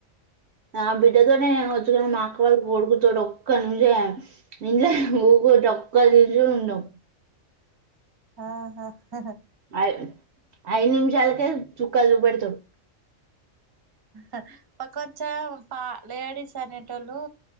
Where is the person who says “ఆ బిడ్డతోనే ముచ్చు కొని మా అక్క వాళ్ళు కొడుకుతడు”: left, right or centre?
Right